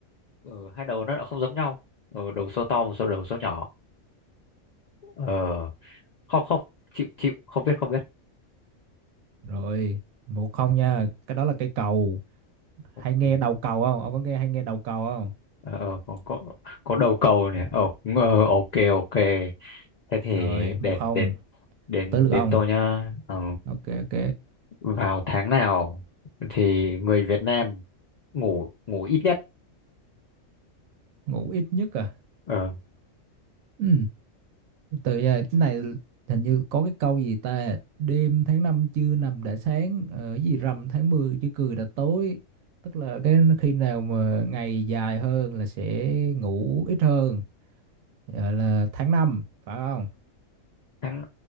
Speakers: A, on the left (about 70°); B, on the right (about 80°).
A: ừ, hai đầu nó lại không giống nhau ừ, đầu số to một số đầu số nhỏ ờ không không chịu chịu không biết không
B: rồi một không nha cái đó là cây cầu hay nghe
A: biết
B: đầu cầu không ông có nghe hay nghe đầu cầu không
A: ờ ờ, có có có đầu cầu này ờ ờ, ok ok thế thì
B: rồi
A: đến
B: một không
A: đến đến
B: tới lượt
A: đến
B: ông
A: tôi nhá Ờ,
B: ok ok
A: vào tháng nào thì người Việt Nam ngủ ngủ ít nhất
B: ngủ ít nhất à
A: ờ
B: ừ. từ giờ cái này hình như có cái câu gì ta đêm tháng năm chưa nằm đã sáng ở gì rằm tháng 10 chưa cười đã tối tức là cái khi nào mà ngày dài hơn là sẽ ngủ ít hơn gọi là tháng năm phải không
A: tháng